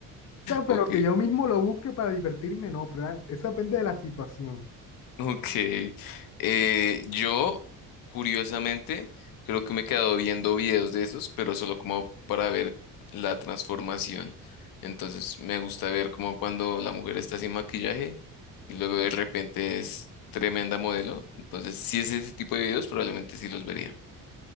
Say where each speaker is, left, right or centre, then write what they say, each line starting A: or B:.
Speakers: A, on the left; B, on the left.
A: O sea, pero
B: ok,
A: que yo mismo lo busque para divertirme, no, pero ah, eso depende de la situación.
B: ok. Eh, yo, curiosamente, creo que me he quedado viendo videos de esos, pero solo como para ver la transformación. Entonces, me gusta ver como cuando la mujer está sin maquillaje y luego de repente es tremenda modelo. Entonces, si es ese tipo de videos, probablemente sí los vería.